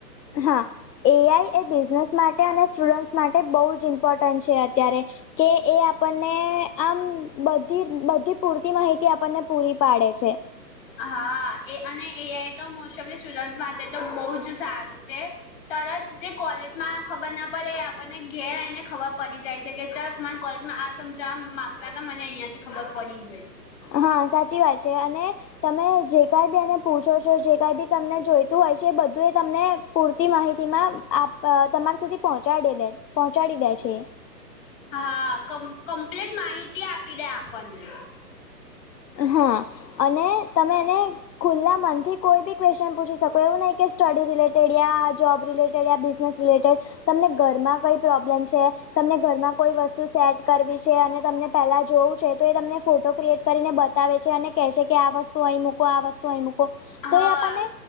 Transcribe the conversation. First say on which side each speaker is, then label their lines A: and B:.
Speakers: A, on the left; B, on the left.
A: હા, એઆઈ એ બિઝનેસ માટે અને સ્ટુડન્ટસ માટે બહુ જ ઇમ્પોર્ટન્ટ છે અત્યારે. કે, એ આપણને આમ બધી બધી પૂરતી માહિતી આપણને પૂરી પાડે છે.
B: હા, એ અને એઆઈ તો મોસ્ટ ઓફ સ્ટુડન્ટ માટે તો બહુ જ સારું છે. તરત જે કોલેજમાં ખબર ના પડે, એ આપણને ઘેર આવીઈને ખબર પડી જાય છે કે, જરાક માં કોલેજમાં આ સમજાવા માગતા, મને અહિયાં થી ખબર પડી ગઈ.
A: હા, સાચી વાત છે. અને તમે જે કંઈ બી એને પૂછો છો, જે કઈ બી તમને જોઈતું હોય છે, એ બધું એ તમને પૂરતી માહિતીમાં આપ તમારા સુધી પહોંચાડી દે પહોંચાડી દે છે.
B: હા ક કમ્પ્લેન માહિતી આપી દે આપણને
A: હા અને તમે એને ખુલ્લા મન થી કોઈ બી ક્વેશન પૂછી શકો એવું નહી કે સ્ટડી રિલેટેડ યા જોબ રિલેટેડયા જે કંઈ ભી તમને ઘર માં કે પ્રોબ્લેમ છે. તમને ઘરમાં કોઈ વસ્તુ સેટ કરવી છે, અને તમને પહેલા જોવું છે, તો એ તમને ફોટો ક્રિએટ કરીને બ બતાવે છે અને કેહે છે કે, આ વસ્તુ અહીં મૂકો, આ વસ્તુ અહી મૂકો
B: હા
A: તો એ આપણને